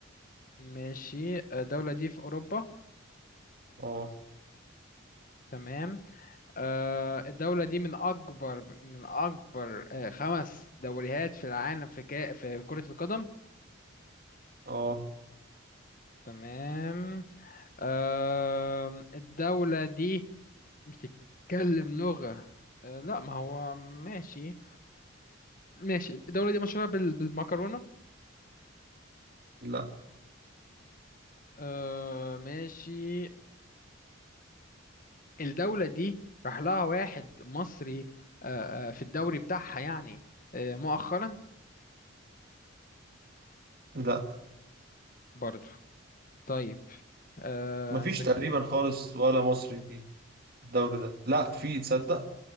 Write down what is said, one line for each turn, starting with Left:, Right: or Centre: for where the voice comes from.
Left: ماشي الدولة دي في اوروبا
Right: اه
Left: تمام آه الدولة دي من اكبر من اكبر آه خمس دوريات في العالم في كا... في كرة القدم
Right: اه
Left: تمام أم، الدولة دي بتتكلم لغة أه، لا ما هو ماشي ماشي الدولة دي مشهورة بال- بالمكرونة
Right: لا
Left: أه، ماشي الدولة دي راح لها واحد مصري أه، أه، في الدوري بتاعها يعني أه، مؤخرا
Right: لا
Left: برضو طيب أه،
Right: مفيش
Left: انت
Right: تقريبا خالص ولا مصري في الدوري ده لا في تصدق